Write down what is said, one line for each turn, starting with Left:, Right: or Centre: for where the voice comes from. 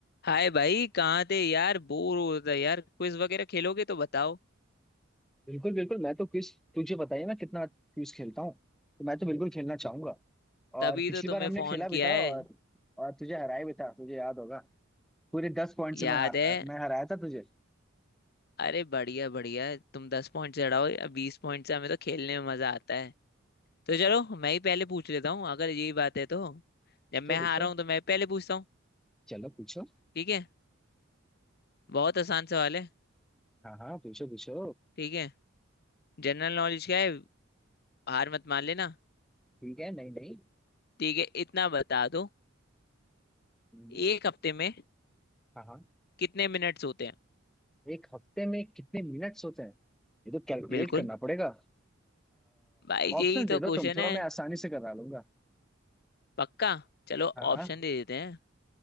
Left: हाय भाई कहाँ थे यार बोर हो रहा था यार क्विज वगैरह खेलोगे तो बताओ
Centre: बिल्कुल बिल्कुल मैं तो क्विज तुझे पता ही है मैं कितना क्विज खेलता हूँ तो मैं तो बिल्कुल खेलना चाहूंगा
Left: तभी
Centre: और पिछली
Left: तो तुम्हें
Centre: बार हमने
Left: फोन
Centre: खेला
Left: किया
Centre: भी था
Left: है
Centre: और और तुझे हराया भी था तुझे याद होगा पूरे दस पॉइंट
Left: याद
Centre: से मैं हार
Left: है
Centre: मैं हराया था तुझे
Left: अरे बढ़िया बढ़िया तुम दस पॉइंट से हड़ाओ या बीस पॉइंट से हमें तो खेलने में मजा आता है तो चलो मैं ही पहले पूछ लेता हूँ अगर यही बात है तो जब मैं
Centre: पूछो पूछो
Left: हारा हूँ तो मैं पहले पूछता हूँ
Centre: चलो पूछो
Left: ठीक है बहुत आसान सवाल है
Centre: हाँ हाँ पूछो पूछो
Left: ठीक है जनरल नॉलेज का है हार मत मान लेना
Centre: ठीक है नहीं नहीं
Left: ठीक है इतना बता दो
Centre: हम्म,
Left: एक हफ्ते में
Centre: हाँ हाँ
Left: कितने मिनट्स होते हैं
Centre: एक हफ्ते में कितने मिनट्स होते हैं ये तो कैलकुलेट
Left: बिल्कुल
Centre: करना पड़ेगा
Left: भाई
Centre: ऑप्शन
Left: यही
Centre: दे
Left: तो
Centre: दो
Left: क्वेश्चन
Centre: तुम थोड़ा
Left: है
Centre: मैं आसानी से करा लूंगा
Left: पक्का चलो
Centre: हाँ
Left: ऑप्शन
Centre: हाँ
Left: दे देते हैं